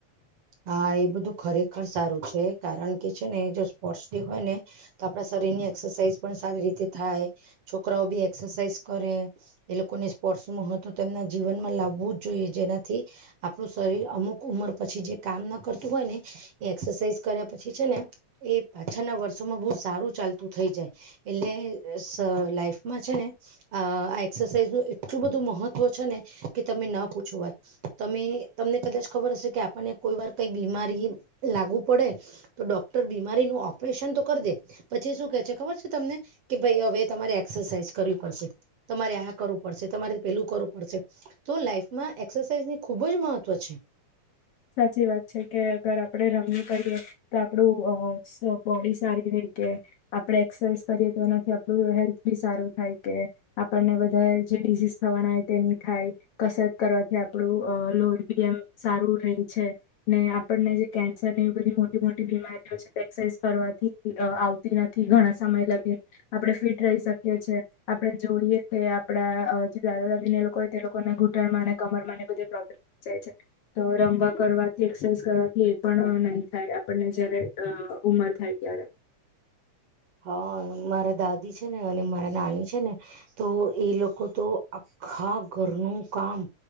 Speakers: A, on the right; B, on the left.
A: હા, એ બધું ખરેખર સારું છે. કારણ કે છે ને એ જો સ્પોર્ટસ ડે હોય ને તો આપણા શરીરની એક્સરસાઇઝ પણ સારી રીતે થાય, છોકરાઓ ભી એક્સરસાઇઝ કરે. એ લોકોને સ્પોર્ટ્સનું મહત્વ તો તેમના જીવનમાં લાવવું જ જોઈએ, જેનાથી આપણું શરીર અમુક ઉંમર પછી જે કામ ના કરતું હોય ને એ એક્સરસાઇઝ કર્યા પછી છે ને, એ પાછળના વર્ષોમાં બહુ સારું ચાલતું થઈ જાય. એટલે સ લાઈફમાં છેને આ આ એક્સરસાઇઝનું એટલું બધું મહત્વ છે ને, કે તમે ન પૂછો વાત. તમે, તમને કદાચ ખબર હશે કે આપણને કોઈવાર કંઈ બીમારી લાગુ પડે તો ડોક્ટર બીમારીનું ઓપરેશન તો કર દે પછી શું કે છે ખબર છે તમને? કે ભઈ હવે તમારે એક્સરસાઇઝ કરવી પડશે. તમારે આ કરવું પડશે, તમારે પેલું કરવું પડશે. તો લાઈફમાં એક્સરસાઇઝની ખૂબ જ મહત્વ છે.
B: સાચી વાત છે, કે અગર આપળે રમીયે કરીએ તો આ આપડુ બોડી સ સારી રેય કે, આપળે એક્સરસાઇઝ કરીએ તો એનાથી આ પડુ હેલ્થ બી સારું થાય, કે આપણને વધારે જે ડીસીઝ થવાના હોય, તે ની થાય. કસરત કરવાથી આપડું અ લોહી બી એમ સારું રેય છે. ને આપણને જે કેન્સર ને એવી બધી મોટી મોટી બીમારીઓ છે, તે એક્સરસાઇઝ કરવાથી આવતી તી નથી, ઘણા સમય લગીન. આપડે ફિટ રહી શકીએ છે. આપડે જોઈએ કે આપડા જે દાદા દાદી ને એ લોકો હોય, તે લોકોને ઘૂંટણમાં ને કમરમાં ને બધે પ્રોબ્લેમ જાય છે, તો રમવા કરવાથી, એક્સરસાઇઝ કરવાથી એ પણ નહીં થાય, આપણને જયારે ઉમર થાય ત્યારે.
A: હા, મારા દાદી છે ને, અને મારા નાની છે ને તો, એ લોકો તો આખા ઘરનું કામ